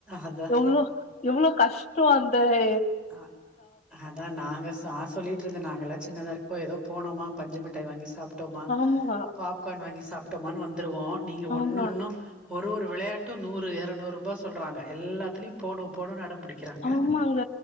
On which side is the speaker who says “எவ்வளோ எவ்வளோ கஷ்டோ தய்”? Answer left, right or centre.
Left